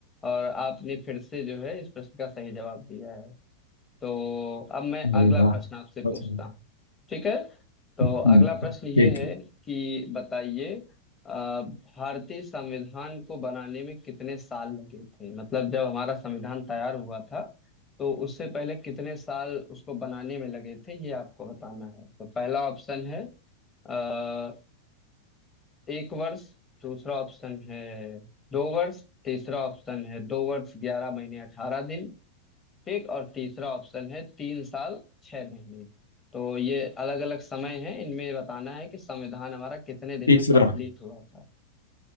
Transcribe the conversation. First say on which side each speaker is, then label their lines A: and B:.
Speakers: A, on the left; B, on the left.
A: और आपने फिर से जो है इस प्रश्न का सही जवाब दिया है तो अब मैं
B: अरे
A: अगला
B: वाह
A: प्रश्न आपसे पूछता
B: अच्छा
A: हूँ ठीक है तो
B: हम्म,
A: अगला प्रश्न ये
B: ठीक
A: है कि बताइए अ, भारतीय संविधान को बनाने में कितने साल लगे थे मतलब जब हमारा संविधान तैयार हुआ था तो उससे पहले कितने साल उसको बनाने में लगे थे ये आपको बताना है तो पहला ऑप्शन है अ, एक वर्ष दूसरा ऑप्शन है दो वर्ष तीसरा ऑप्शन है दो वर्ष ग्यारह महीने अठारह दिन ठीक और तीसरा ऑप्शन है तीन साल छह महीने तो ये अलग अलग समय है इनमें बताना है कि संविधान हमारा कितने दिन
B: तीसरा
A: में कंप्लीट हुआ था